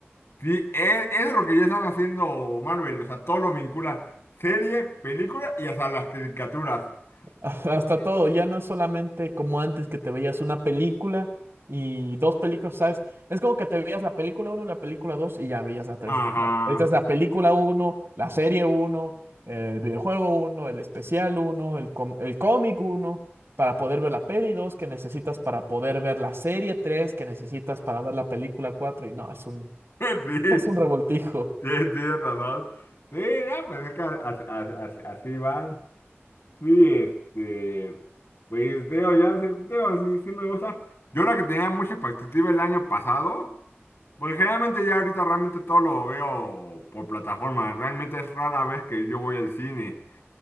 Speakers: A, on the left; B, on the right.
A: Sí, e- eso es lo que ya están haciendo Marvel, o sea, todo lo vinculan, serie, película y hasta las caricaturas.
B: <laughs> Hasta hasta
A: Eh,
B: todo, ya no es solamente como antes que te veías una película y dos películas, ¿sabes? Es como que te veías la película uno la película 2 y ya veías la tres
A: Ajá.
B: No, ahorita es la película uno la serie uno el videojuego uno el especial uno el, com- el cómic uno para poder ver la peli 2 que necesitas para poder ver la serie 3 que necesitas para ver la película 4 y no, es un,
A: <laughs> Sí,
B: <laughs> es un revoltijo.
A: tienes, tienes razón. Sí, no, pues es que as- as- as- así, van. Sí, este, pues digo, ya sí, digo, sí, sí me gusta. Yo la que tenía mucha expectativa el año pasado, porque generalmente ya ahorita realmente todo lo veo por plataforma. Realmente es rara vez que yo voy al cine.